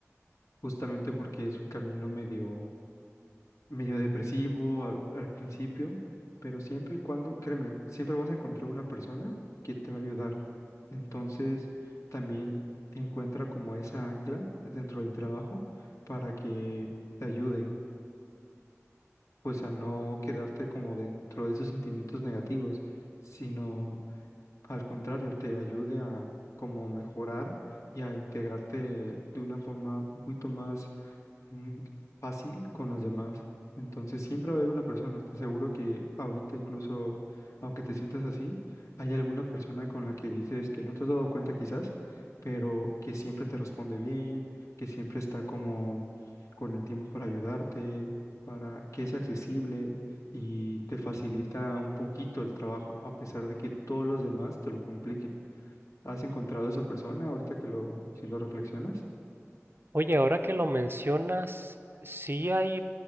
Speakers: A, on the left; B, on the right.
A: justamente porque es un camino medio, medio depresivo al, al principio, pero siempre y cuando, créeme, siempre vas a encontrar una persona que te va a ayudar. Entonces, también encuentra como esa ancla dentro del trabajo para que te ayude. pues a no quedarte como dentro de esos sentimientos negativos, sino al contrario, te ayude a como mejorar y a integrarte de una forma un poquito más mm, fácil con los demás. Entonces siempre va a haber una persona. Te aseguro que ahorita incluso, aunque te sientas así, hay alguna persona con la que dices que no te has dado cuenta quizás, pero que siempre te responde bien, que siempre está como con el tiempo para ayudarte, para que es accesible y te facilita un poquito el trabajo, a pesar de que todos los demás te lo compliquen. ¿Has encontrado esa persona ahorita que lo, si lo reflexionas?
B: Oye, ahora que lo mencionas, sí hay